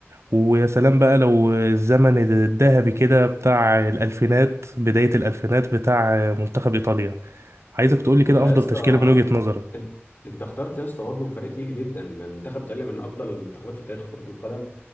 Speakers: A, on the right; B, on the left.
A: ويا سلام بقى لو الزمن الذهبي كده بتاع الألفينات بداية الألفينات بتاع منتخب إيطاليا عايزك تقولي
B: والله
A: كده أفضل
B: يا اسطى
A: تشكيلة من وجهة نظرك
B: انت انت اخترت يا اسطى برضه فريق تقيل جدا منتخب ايطاليا من افضل المنتخبات في تاريخ كرة القدم